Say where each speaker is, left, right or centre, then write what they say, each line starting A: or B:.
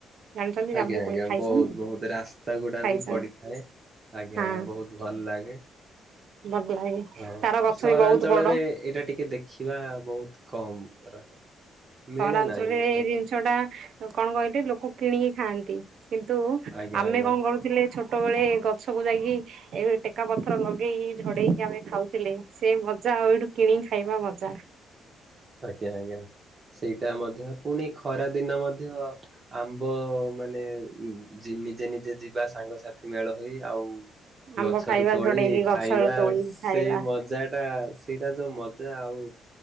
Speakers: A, on the right (about 65°); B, on the right (about 30°).
A: ଜାଣିଛନ୍ତି
B: ଆଜ୍ଞା
A: ଜାମୁ
B: ଆଜ୍ଞା
A: କୋଳି ଖାଇଛନ୍ତି
B: ବହୁତ
A: ନା?
B: ବହୁତ ରାସ୍ତା ଗୁଡା
A: ଖାଇଛନ୍ତି
B: ବି ପଡିଥାଏ ଆଜ୍ଞା। ଆଜ୍ଞା
A: ହଁ
B: ଆଜ୍ଞା ବହୁତ ଭଲ ଲାଗେ।
A: ଭଲ ଲାଗେ
B: ହଁ
A: ତାର ଗଛ
B: ସହରାଞ୍ଚଳରେ
A: ବି ବହୁତ ବଡ
B: ଏଇଟା ଟିକେ ଦେଖିବା ବହୁତ କମ। ରହେ। ମିଳେ
A: ସହରାଞ୍ଚଳରେ
B: ନାହିଁ ମଧ୍ୟ
A: ଏଇ ଜିନିଷ ଟା କଣ କହିଲି ଲୋକ କିଣିକି ଖାଆନ୍ତି। କିନ୍ତୁ
B: ଆଜ୍ଞା
A: ଆମେ
B: ଆଜ୍ଞା।
A: କଣ କରୁଥିଲେ ଛୋଟ ଛୋଟବେଳେ ଗଛକୁ ଯାଇକି ଏବେ ଟେକା ପଥର ଲଗେଇକି ଝଡେଇକି ଆମେ ଖାଉଥିଲେ ସେ ମଜା ଆଉ ଏଇଠୁ କିଣିକି ଖାଇବା ମଜା।
B: ଆଜ୍ଞା ଆଜ୍ଞା ସେଇଟା ମଧ୍ୟ ପୁଣି ଖରା ଦିନ ମଧ୍ୟ ମଧ୍ୟ ଆମ୍ବ ମାନେ ଜି ନିଜେ-ନିଜେ ଯିବା ସାଙ୍ଗସାଥି ମେଳ ହୋଇ ଆଉ।
A: ଆମ୍ବ
B: ଗଛରୁ
A: ଖାଇବା
B: ତୋଳି
A: ଝଡେଇକି
B: ଖାଇବା
A: ଗଛରୁ ତୋଳିକି ଖାଇବା
B: ସେ ମଜା ଟା ଆଉ ସେଇଟା ଯୋଉ ମଜା ଆଉ